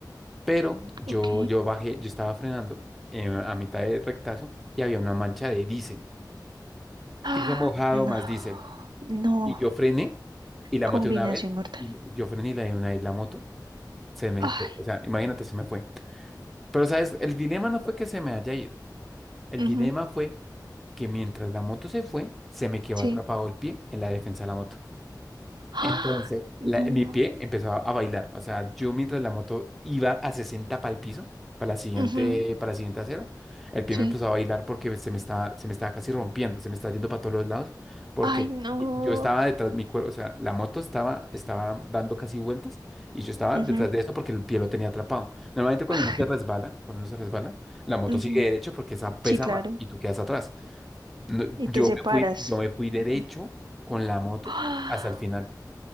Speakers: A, in the centre; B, on the right.
A: Pero yo,
B: ok.
A: yo bajé, yo estaba frenando eh, a mitad de rectazo y había una mancha de diésel.
B: Ah,
A: Piso mojado
B: no,
A: más diésel.
B: no,
A: Y yo frené y la
B: combinación
A: moto una vez.
B: mortal.
A: Y yo frené y la, una, y la moto se me
B: Ay,
A: fue. O sea, imagínate, se me fue. Pero, ¿sabes? El dilema no fue que se me haya ido. El
B: ujú,
A: dilema fue que mientras la moto se fue, se me quedó
B: sí.
A: atrapado el pie en la defensa de la moto.
B: Ah,
A: Entonces,
B: no,
A: la- mi pie empezó a, a bailar. O sea, yo mientras la moto iba a 60 para el piso, para la siguiente,
B: ujú,
A: para la siguiente acera, el pie
B: sí.
A: me empezó a bailar porque se me estaba, se me estaba casi rompiendo, se me estaba yendo para todos los lados, porque
B: Ay, no.
A: y- yo estaba detrás de mi cuerpo, o sea, la moto estaba, estaba dando casi vueltas y yo estaba
B: ujú,
A: detrás de eso porque el pie lo tenía atrapado. Normalmente cuando
B: Ay,
A: uno se resbala, cuando uno se resbala, la moto
B: ujú,
A: sigue derecho porque esa pesa
B: Sí, claro.
A: más y tú quedas atrás. No,
B: y te
A: yo
B: separas.
A: me fui, yo me fui derecho
B: Ujú.
A: con la moto
B: ¡Ah!
A: hasta el final.